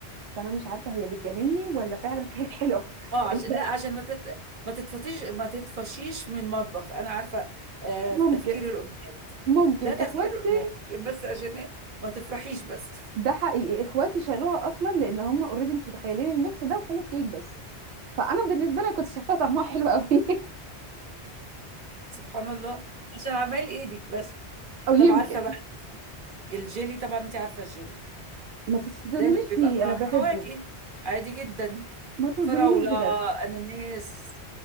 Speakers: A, on the right; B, on the right.
A: فانا مش عارفه هي بتجاملني ولا فعلا كانت حلوه <laughs>
B: اه عشان
A: الباقي
B: لا عشان ما تت... ما تتفطيش ما تتفشيش من المطبخ انا عارفه آه
A: ممكن
B: في تفكير الامهات
A: ممكن
B: ده تفكير
A: اخواتي
B: الامهات عشان بس عشان إيه؟ ما تفرحيش بس
A: ده حقيقي اخواتي شالوها اصلا لان هم اوريدي مش متخيلين الميكس ده وكلوا الكيك بس فانا بالنسبه لي كنت شايفاها طعمها حلو قوي
B: سبحان الله عشان اعمال ايدك بس
A: <laughs> او يمكن
B: طب عارفه بقى الجيلي طبعا انت عارفه الجيلي
A: ما تصدمنيش
B: دايما بيبقى
A: فيه
B: بطعم
A: انا بحبه
B: الفواكه عادي جدا
A: ما تصدمنيش
B: فراوله
A: بجد
B: اناناس